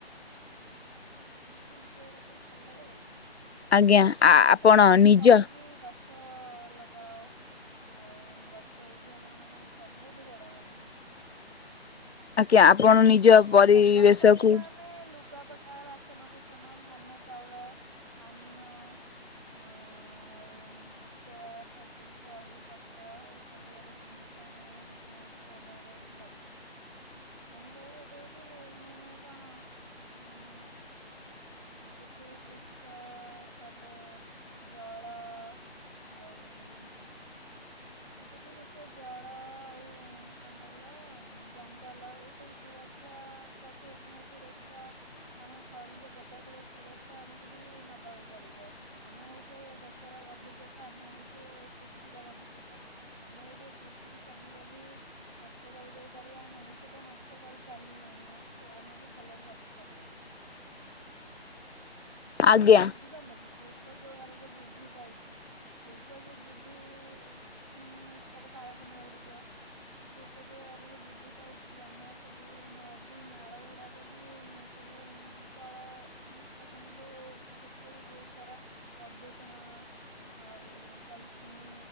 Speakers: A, on the right; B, on the left.
A: ହ ଆମର ସେ ସେଗୁଡା ସବୁ ଲାଗେ ଆଉ
B: ଆଜ୍ଞା
A: ମତେ ମୁଁ ବି
B: ଆପଣ
A: ସମସ୍ତଙ୍କୁ
B: ନିଜ
A: କହକି ମାଛ ଲଗାଅ ଆଉ ଗଛ ହଉଛି ଆମର ମାନେ ସବୁଠୁ ବଡ ବନ୍ଧୁ
B: ଆଜ୍ଞା ଆପଣ ମାନେ ନିଜ ପରିବେଶ
A: ସମ୍ବଳ କହିଲେ
B: କୁ
A: ତ ଆମେ ଲୁଗାପଟା ବାସନ କସନ ଧାନ ଚାଉଳ ପାନୀୟ ହଁ ଆଉ ଚେୟାର ଟେବୁଲ ବହି ପତ୍ର ଏ ସବୁ ଯାକ ଜିନିଷ ଆମେ କିଛି ନା କିଛି ବ୍ୟବହାର ହେଲେ ଲାଗୁଛି ତେଣୁକଳି ଏବେ ଏଇଟି ନ ମାନେ କଣ ଉଁ ଉ ପୃଥିବୀ ପୃଷ୍ଠ ତାପରେ ଜଳ ଆଉ ପୃଥବୀ ପୃଷ୍ଠର ଜଳ ଆଉ କଣ କହିଲ ଜଙ୍ଗଲ ଏସବୁ ସୁର ରା ପଶୁପକ୍ଷୀଙ୍କ ସୁରକ୍ଷା ଆମର ଖଣିଜ ପଦାର୍ଥର ସୁରକ୍ଷା ଆମକୁ ବି ନବାକୁ ପଡିବ ଆମେ ହଉଛେ ଦେଶର ଭବିଷ୍ୟତ ଆମେ ହଉଛେ ସୃଷ୍ଟି ର ଭବିଷ୍ୟତ ତ ଆମେ ଯଦି ସୃଷ୍ଟି କି ଚାହିଁବା ବି ନଷ୍ଟ କରିଦେଇ ପାରିବା ମନୁଷ୍ୟ ତ ନଷ୍ଟ କରି ଚାଲିଲେଣି ନଷ୍ଟ ଆମେ ବି ଭଲରେ ରଖିପାରିବା
B: ଆଜ୍ଞା
A: ବୁଝିପାରିଲା କି ଶିଳ୍ପ ଯୋଉ ହାରରେ ବୃଦ୍ଧି ପାଇଛି ଶିଳ୍ପ ଯୋଉ ବୃଦ୍ଧି ଉ ଇସ୍ପାତ କାରଖାନା ଗୁଡିକ ଶିଳ୍ପ ଯଉହାରରେ ବୃଦ୍ଧି ପାଇଛି ଆମର ସବୁ ନଦୀ ନାଳ ଗୁଡାକ ବି ସବୁ ଜଳ ନିଷ୍କାସନ ଯୋଉ ହଉଛି ସେ ସେଥିରେ ବି ବହୁତ ସାରା ପ୍ରଦୂଷଣ ଆଉ ପଲିଥିନ୍